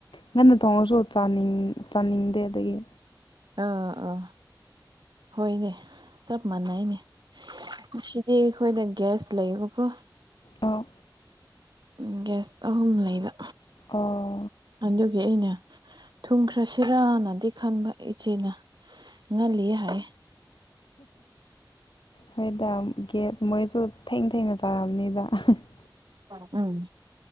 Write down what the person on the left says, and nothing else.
ꯉꯟꯅ ꯊꯣꯡꯉꯁꯨ ꯆꯥꯅꯤꯡ ꯆꯥꯅꯤꯡꯗꯦ ꯑꯗꯨꯒꯤ
ꯑꯣ
ꯑꯣ
ꯍꯣꯏꯗ ꯒꯦꯠ ꯃꯣꯏꯁꯨ ꯊꯦꯡꯅ - ꯊꯦꯡꯅ ꯆꯥꯔꯝꯅꯤꯗ꯫ <unintelligible>